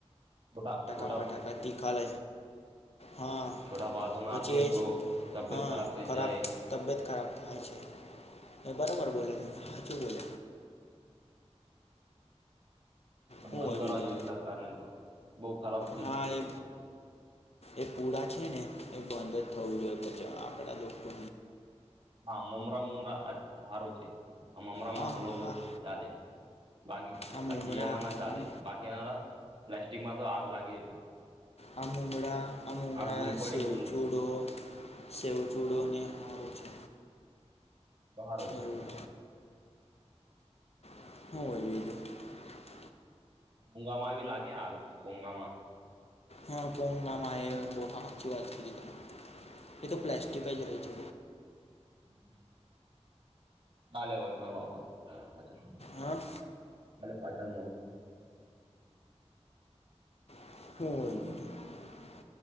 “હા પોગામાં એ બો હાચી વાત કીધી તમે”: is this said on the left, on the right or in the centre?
Left